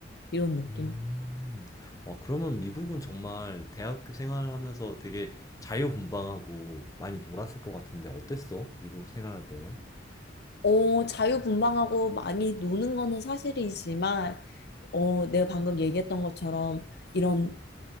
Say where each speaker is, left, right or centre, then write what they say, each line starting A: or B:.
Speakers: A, on the left; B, on the left.
A: 이런 느낌.
B: 음, 와, 그러면 미국은 정말 대학교 생활을 하면서 되게 자유분방하고 많이 놀았을 것 같은데 어땠어? 미국 생활할 때는?
A: 어, 자유분방하고 많이 노는 거는 사실이지만, 어, 내가 방금 얘기했던 것처럼 이런